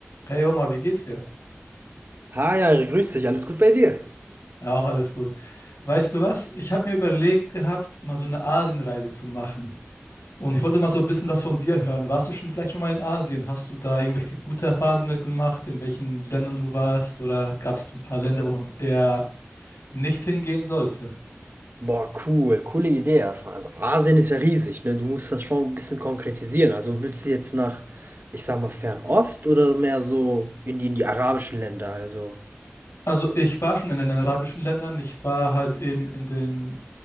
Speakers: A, on the left; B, on the right.
A: Hey Oma, wie geht's dir?
B: Hi, Ari, grüß dich, alles gut bei dir?
A: Ja, auch alles gut. Weißt du was? Ich habe mir überlegt gehabt, mal so eine Asienreise zu machen. Und ich wollte mal so ein bisschen was von dir hören. Warst du schon vielleicht schon mal in Asien? Hast du da irgendwelche gute Erfahrungen gemacht, in welchen Ländern du warst? Oder gab es ein paar Länder, wo man eher nicht hingehen sollte?
B: Boah, cool, coole Idee erstmal. Also Asien ist ja riesig, ne? Du musst das schon ein bisschen konkretisieren. Also willst du jetzt nach, ich sag mal, Fernost oder mehr so in die, in die arabischen Länder? Also.
A: Also ich war schon in den arabischen Ländern. Ich war halt eben in den